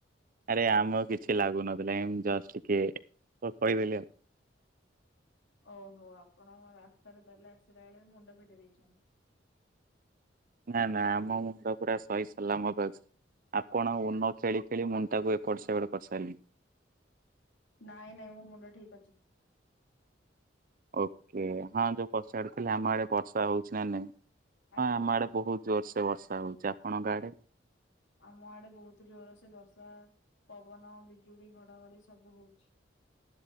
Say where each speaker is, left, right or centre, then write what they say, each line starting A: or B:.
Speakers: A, on the right (about 50°); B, on the left (about 85°).
A: ଆରେ ଆମକୁ କିଛି ଲାଗୁନଥିଲା। ଏମତି ଜଷ୍ଟ ଟିକେ କହିଦେଲି ଆଉ।
B: ଓହୋ। ଆପଣଙ୍କ ରାସ୍ତାରେ ତାହାଲେ ଆସିଲା ବେଳେ ମୁଣ୍ଡ ଫିଟି ଦେଇଛନ୍ତି।
A: ନା, ନା, ଆମ ମୁଣ୍ଡ ପୁରା ଶହି-ଶହି <unintelligible> ଲାମ ଆପଣ ଓନ ଖେଳି ଖେଳି ମୁଣ୍ଡଟାକୁ ଏପଟେ ସେ ଏପଟେ କରିସାରିଲେଣି।
B: ନାଇଁ-ନାଇଁ। ମୋ ମୁଣ୍ଡ ଠିକ ଅଛି।
A: ଓକେ। ହଁ ଯୋଉ ପଚାରୁଥିଲେ ଆମ ଆଡେ ବର୍ଷା ହଉଛି ନା ନାଇଁ।
B: ଆଜ୍ଞା
A: ହଁ ଆମ ଆଡେ ବହୁତ ଜୋରସେ ବର୍ଷା ହଉଛି। ଆପଣଙ୍କ ଆଡେ?
B: ଆମ ଆଡେ ବହୁତ ଜୋରସେ ବର୍ଷା, ପବନ, ବିଜୁଳି, ଘଡଘଡି ସବୁ ହଉଛି।